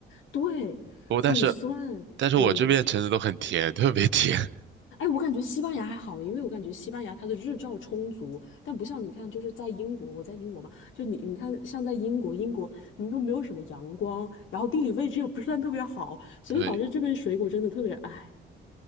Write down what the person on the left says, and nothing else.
对，
很酸。
嗯，
哎，我感觉西班牙还好，因为我感觉西班牙它的日照充足，但不像你看，就是在英国，我在英国嘛，就你你看，像在英国，英国你都没有什么阳光，然后地理位置又不算特别好，
所以就导致这边水果真的特别，
哎，